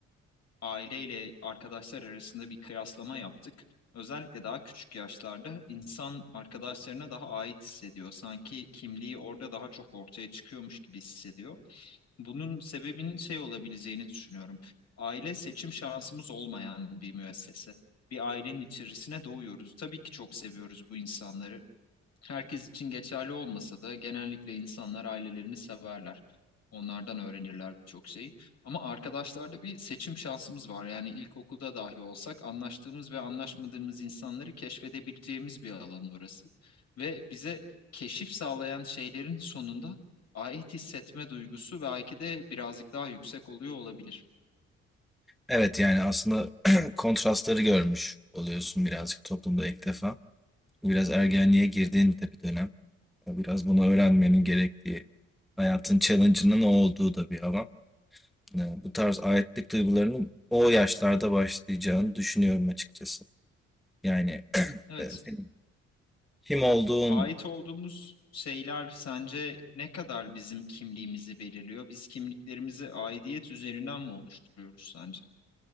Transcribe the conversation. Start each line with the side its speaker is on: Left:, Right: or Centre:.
Left: Aileyle arkadaşlar arasında bir kıyaslama yaptık. Özellikle daha küçük yaşlarda insan arkadaşlarına daha ait hissediyor. Sanki kimliği orada daha çok ortaya çıkıyormuş gibi hissediyor. Bunun sebebinin şey olabileceğini düşünüyorum. Aile seçim şansımız olmayan bir müessese. Bir ailenin içerisine doğuyoruz. Tabii ki çok seviyoruz bu insanları. Herkes için geçerli olmasa da genellikle insanlar ailelerini severler. Onlardan öğrenirler birçok şeyi. Ama arkadaşlarda bir seçim şansımız var. Yani ilkokulda dahi olsak anlaştığımız ve anlaşmadığımız insanları keşfedebileceğimiz bir alan orası. Ve bize keşif sağlayan şeylerin sonunda ait hissetme duygusu belki de birazcık daha yüksek oluyor olabilir.
Centre: Evet yani aslında <clears throat> kontrastları görmüş oluyorsun birazcık toplumda ilk defa. Biraz ergenliğe girdiğin de bir dönem. Biraz bunu öğrenmenin gerektiği, hayatın challenge'ının o olduğu da bir alan. Yani bu tarz aitlik duygularının o yaşlarda başlayacağını düşünüyorum açıkçası. Yani <clears throat>
Left: Evet,
Centre: senin kim olduğun
Left: ait olduğumuz şeyler sence ne kadar bizim kimliğimizi belirliyor? Biz kimliklerimizi aidiyet üzerinden mi oluşturuyoruz sence?